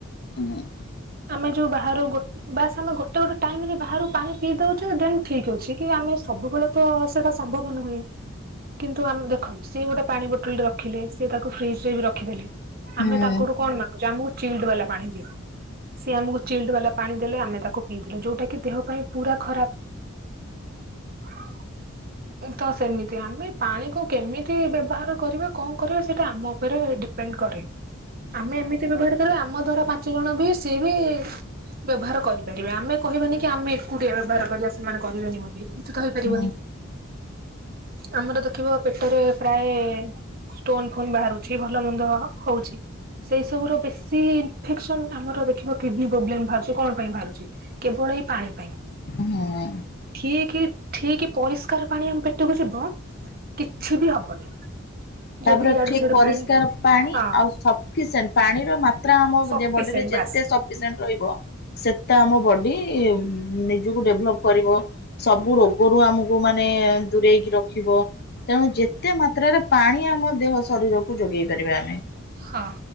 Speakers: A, on the left; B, on the right.
A: ହୁଁ
B: ଆମେ ଯୋଉ ବାହାର ବାସ୍ ଆମେ ଗୋଟେ ତ ଗୋଟେ ଟାଇମ୍ ରେ ବାହାରୁ ପାଣି ପିଇ ଦଉଛେ ଦେନ୍ ଠିକ୍ ଅଛି। କି ଆମେ ସବୁବେଳେ ତ ସେଇଟା ସମ୍ଭବ ନୁହେଁ କିନ୍ତୁ ଆମେ ଦେଖନ୍ତୁ ସିଏ ଗୋଟେ ପାଣି ଗୋଟେ ରଖିଲେ ସେ ତାକୁ ଫ୍ରିଜ ରେ ବି ରଖିଦେଲେ
A: ହୁଁ
B: ଆମେ ତାଙ୍କଠୁ କଣ ମାଗୁଛେ ଆମ ଗେ ଚିିଲ୍ଡ୍ ବାଲା ପାଣି ଦିଅ ସିଏ ଆମକୁ ଚିଲଡ୍ ବାଲା ପାଣି ଦେଲେ ଆମେ ତାକୁ ପିଇଦେଲେ ଯୋଉଟା କି ଦେହ ପାଇଁ ପୁରା ଖରାପ। <inaudible> ତ ସେମିତି ଆମେ ପାଣିକୁ କେମିତି ବ୍ୟବହାର କରିବା କଣ କରିବା ସେଇଟା ଆମ ଉପରେ ଡିପେଣ୍ଡ କରେ। ଆମେ ଏମିତି ବି ବ୍ୟବହାର କରିବା ଆମ ଧର ପାଞ୍ଚ ଜଣ ବି ସିଏ ବି ବ୍ୟବହାର କରିପାରିବେ ଆମେ କହିବାନି କି ଆମେ ଏକୁଟିଆ ବ୍ୟବହାର କରିବା ସେମାନେ ବନି ବୋଲି କିନ୍ତୁ ତ ହେଇପାରିବନି।
A: ହୁଁ
B: ଆମର ଦେଖିବ ପେଟରେ ପ୍ରାୟ ଷ୍ଟୋନ ଫୋନ ବାହାରୁଛି ଭଲ ମନ୍ଦ ହଉଛି। ସେଇ ସବୁ ର ବେଶୀ ଇନ୍ଫେକ୍ସନ୍ ଆମର ଦେଖିବ କିଡ଼ନୀ ପ୍ରୋବ୍ଲେମ୍ ବାହାରୁଛି କଣ ପାଇଁ ବାହାରୁଛି କେବଳ ଏଇ ପାଣି।
A: ହଁ।
B: ଠିକ୍ ଠିକ୍ ପରିଷ୍କାର ପାଣି ଆମ ପେଟକୁ ଯିବ କିଛି ବି ହବନି। ଯଦି
A: ତାପରେ
B: ଇଆଡୁ
A: ଠିକ୍
B: ସିଆଡୁ
A: ପରିଷ୍କାର
B: ପାଣି
A: ପାଣି
B: ହଁ
A: ଆଉ ସଫିସେଏଣ୍ଟ୍ ପାଣିର ମାତ୍ରା ଆମ
B: ସଫିସିଏଣ୍ଟ
A: ବଡିରେ ଯେ
B: ବାସ୍
A: ତେ ସପିସେଣ୍ଟ୍ ରହିବ ସେତେ ଆମ ବଡି ନିଜକୁ ଡେଭଲପ୍ କରିବ ସବୁ ରୋଗରୁ ଆମକୁ ମାନେ ଦୂରେଇକି ରଖିବ। ତେଣୁ ଯେତେ ମାତ୍ରାରେ ପାଣି ଆମ ଦେହ ଶରୀରକୁ ଯୋଗେଇ ପାରିବା ଆମେ।
B: ହଁ